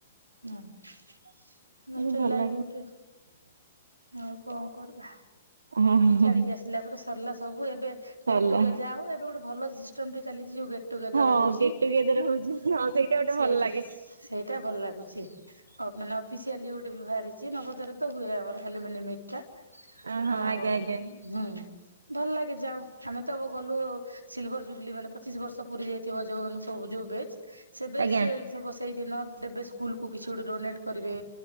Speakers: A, on the right; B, on the right.
A: ହଁଷ୍ଟାଇ
B: ଏମିତି ଭଲ ଲାଗେ
A: ଗୋଟେ ଆଉ କଣ କରିବା
B: ହଁ
A: ଛାଡିକି ଆସିଲା ପରେ ସରିଲା ସବୁ ଏବେ
B: ସରିଲା
A: ଗେଟୁ ଯାହା ହଉ ଏବେ ଗୋଟେ ଭଲ ସିଷ୍ଟମ ଟେ ଚାଲିଛି ଯୋଉ ଟୁଗେଦର
B: ହଁ
A: ହଉଛିଁ
B: ଗେଟ୍ ଟୁଗେଦର ହଉଛି ହଁ ସେଇଟା ଗୋଟେ
A: ସେ
B: ଭଲ ଲାଗେ
A: ଟା ଭଲ ଲାଗୁଛି ମାନେ ଅଫିସିଆଲିଟେ ବି ବାହାରିଛି ନବଦରେ ତ ହୁଏ ଆମର ଆଲୁମିନିୟମ୍ ତ
B: ଅ ହଁ
A: ଆ
B: ଆଜ୍ଞା ଆଜ୍ଞା
A: ହୁଁ। ଭଲ ଲାଗେ ଯାଉ ଆମେ ତ ଗଲୁ ସିଲଭର ଜୁବଲି ମାନେ ପଚିଶ ବର୍ଷ ପୁରି ଯାଇଥିବ ଯୋଉଁ ସବୁ ଯୋଉଁ ବ୍ୟାଚ ସେ ବ୍ୟାଚ
B: ଆଜ୍ଞା
A: ସେ ସେଇ ଦିନ ଦେବେ ସ୍କୁଲକୁୁ କିଛି ଗୋଟେ ଡୋନେଟ କରିବେ